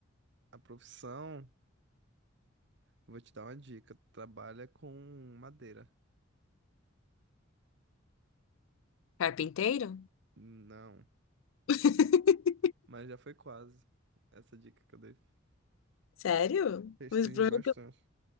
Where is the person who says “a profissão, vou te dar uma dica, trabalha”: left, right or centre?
Right